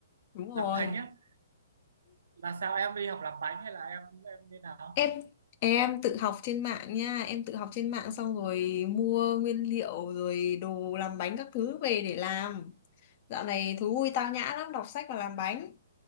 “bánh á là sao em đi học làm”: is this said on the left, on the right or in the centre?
Right